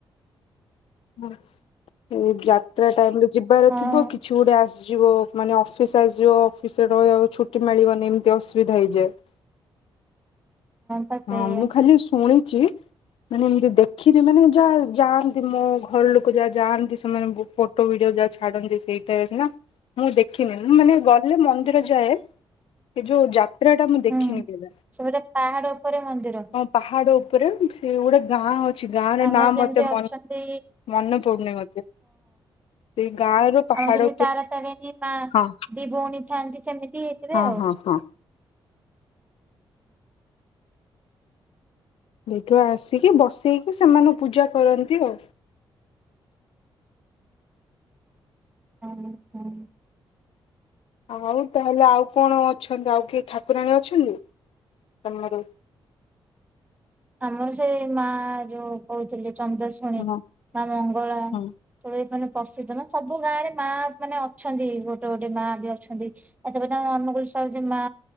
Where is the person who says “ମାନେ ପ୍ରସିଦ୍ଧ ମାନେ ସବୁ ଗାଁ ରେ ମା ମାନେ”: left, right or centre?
Right